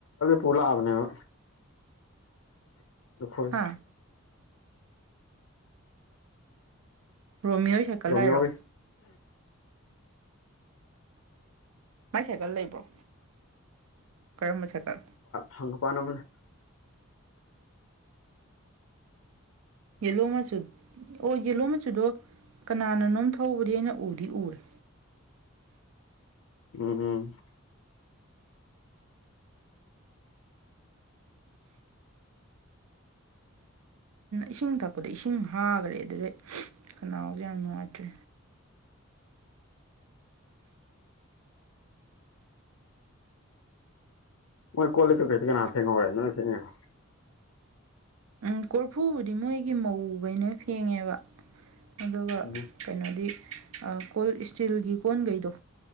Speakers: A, on the left; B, on the right.
A: ꯄꯨꯂꯛꯑꯕꯅꯦꯕ ꯅꯈꯣꯏ
B: ꯍꯥ ꯔꯣꯃꯤꯌꯣꯏ ꯁꯥꯏꯀꯠꯂ
A: ꯔꯣꯃꯤꯌꯣꯒꯤ
B: ꯍꯥꯏꯔꯣ ꯃꯥꯏ ꯁꯥꯏꯀꯜ ꯂꯩꯕ꯭ꯔꯣ ꯀꯔꯝꯕ ꯁꯥꯏꯀꯜ
A: ꯍꯪꯒꯥꯝꯄꯥꯜ ꯑꯃ ꯂꯩ
B: ꯌꯦꯜꯂꯣ ꯃꯆꯨ ꯑꯣ ꯌꯦꯂꯣ ꯃꯆꯨꯗꯣ ꯀꯅꯥꯅꯅꯣꯝ ꯊꯎꯕꯗꯤ ꯑꯩꯅ ꯎꯗꯤ ꯎꯔꯦ
A: ꯎꯝ ꯎꯝ
B: ꯏꯁꯤꯡ ꯊꯛꯄꯗ ꯏꯁꯤꯡ ꯍꯥꯒ꯭ꯔꯦ ꯑꯗꯨꯗꯩ ꯈꯅꯥꯎꯁꯦ ꯌꯥꯝ ꯅꯨꯡꯉꯥꯏꯇ꯭ꯔꯦ
A: ꯃꯣꯏ ꯀꯣꯜ ꯂꯤꯛꯇ ꯀꯩ ꯀꯅꯥ ꯐꯦꯡꯍꯧꯔꯦ ꯅꯣꯏ ꯐꯦꯡꯉꯤꯔꯣ
B: ꯎꯝ ꯀꯣꯔꯐꯨꯕꯨꯗꯤ ꯃꯣꯏꯒꯤ ꯃꯧꯈꯩꯅ ꯐꯦꯡꯉꯦꯕ ꯑꯗꯨꯒ
A: ꯎꯝ
B: ꯀꯩꯅꯣꯗꯤ ꯀꯣꯜ ꯏꯁꯇꯤꯜꯒꯤ ꯀꯣꯟꯈꯩꯗꯣ